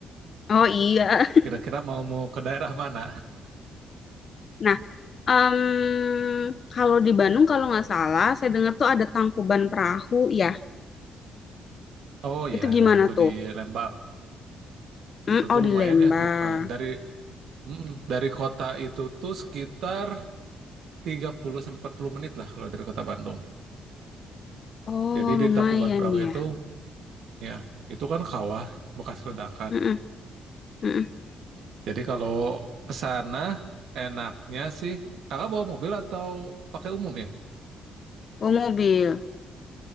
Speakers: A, on the left (about 45°); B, on the right (about 70°).
A: Oh iya,
B: Kira-kira mau mau ke daerah mana?
A: Nah, em, kalau di Bandung kalau nggak salah, saya dengar tuh ada Tangkuban Perahu ya.
B: Oh
A: Itu
B: ya ada
A: gimana
B: itu
A: tuh?
B: di Lembang.
A: Hmm,
B: Itu
A: oh
B: tuh
A: di
B: lumayan
A: Lembang.
B: ya, bukan dari mm, dari kota itu tuh sekitar 30 sampai 40 menit lah kalau dari kota Bandung.
A: Oh
B: Jadi
A: lumayan
B: di Tangkuban Perahu
A: ya.
B: itu ya itu kan kawah bekas ledakan.
A: Mm-mm, mm-mm.
B: Jadi kalau ke sana enaknya sih kakak bawa mobil atau pakai umum ya?
A: Oh mobil.